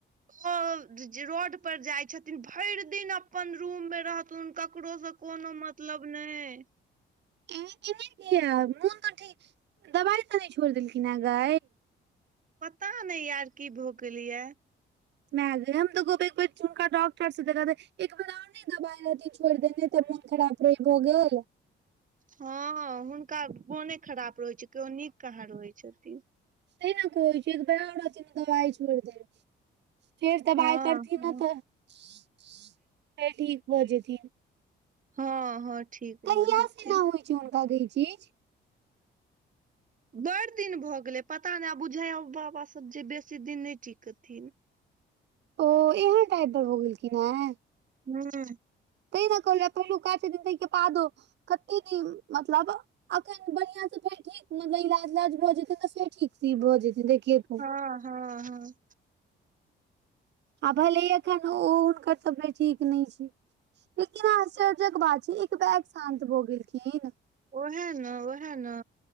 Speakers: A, on the right; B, on the right.
A: ओ रोड पर जाइ छथिन भरि दिन अपन रूम मे रहथुन क ककरो सँ कोनो मतलब नेय
B: ऐना किया नहि य मोन ते ठीक दवाइ तऽ नहि छोड़ देलखिन हेँ गा
A: पता नय यार की भऽ गेलैय ये
B: मै गय हम तऽ कहबै एक बेर हुनका डॉक्टर सँ देखा देेही एक बेार और नई दबाई रहथिन छोड़ देने तऽ मोन खराब रहैय भऽ गेल
A: हँ हुनका मोने खराप रहैत छै कहियो नीक कहाँ रहै छथिन
B: तेय नऽ कहे छियो एक बेर और दवाई छोड़ि देै ने फेर दबाई
A: हँ
B: करथिन
A: हँ
B: न तऽ फेर ठीक भ जेथिन
A: हँ हँ ठीक
B: कहियास
A: भऽ जेतै
B: से एना होइ छै हुनका गेय ई चीज
A: बड़ दिन भऽ गेलै पता नइ आ बुझााय बाबा सब जे बेसी दिन नइ टिकथिन
B: ओ एहन टाइपर भऽ गेलखिन हे
A: हूँ
B: तै ने कहलिय पहिलु का छथिन ताहिके बादो कते दिन मतलब अखन बढ़िआँ सँ फेर ठीक मतलब इलाज उलाज भऽ जेतै तऽ फेर ठीक ई भऽ जेतै देखियै तू
A: हँ हँ हँ
B: आ भले एखन ओ हुनकर तबियत ठीक नय छै लेकिन आश्चर्यजक बात छै एक बैग शान्त भऽ गेलखिन
A: ओहा ने ओहा ने